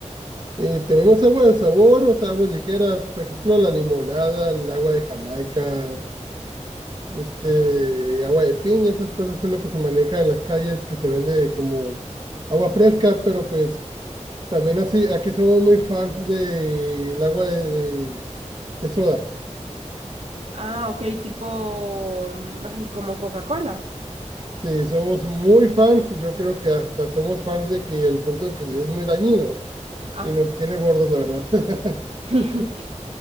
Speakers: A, on the right; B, on the right.
A: Eh, tenemos agua de sabor, o sea, aguas ligeras, por ejemplo, la limonada, el agua de Jamaica, este, agua de piña, esas cosas son lo que se maneja en las calles, que se vende como agua fresca, pero pues también así, aquí somos muy fans del agua de, de- de soda.
B: Ah, ok, tipo, mm, ay, como Coca-Cola.
A: Sí, somos muy fans, yo creo que hasta somos fans de que al punto de que es muy dañino
B: ah
A: y nos tiene gordos, la verdad. <laughs>
B: <laughs>